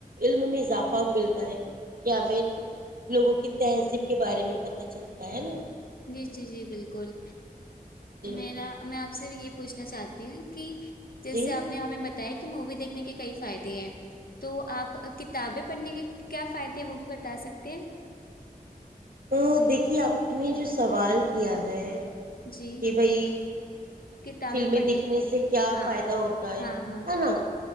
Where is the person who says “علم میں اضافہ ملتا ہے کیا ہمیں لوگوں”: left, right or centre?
Right